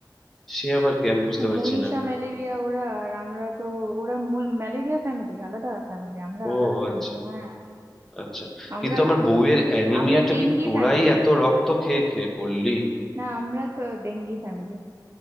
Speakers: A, in the centre; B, on the right (about 35°).
A: সে আবার কি আমি বুঝতে পারছি
B: মনীষা
A: না
B: ম্যালেরিয়া ওরা আর আমরা তো ওরা ম্যালেরিয়া ফ্যামিলি আলাদা ফ্যামিলি আমরা
A: ও
B: আলাদা ফ্যামিলি
A: আচ্ছা
B: হ্যাঁ
A: আচ্ছা
B: আমরা
A: কিন্তু আমার
B: আ-
A: বউয়ের অ্যানিমিয়াটা
B: আমরা ডেঙ্গি
A: কি তোরাই
B: ফ্যামিলি
A: এত রক্ত খেয়ে খেয়ে করলি
B: না আমরা তো ডেঙ্গি ফ্যামিলি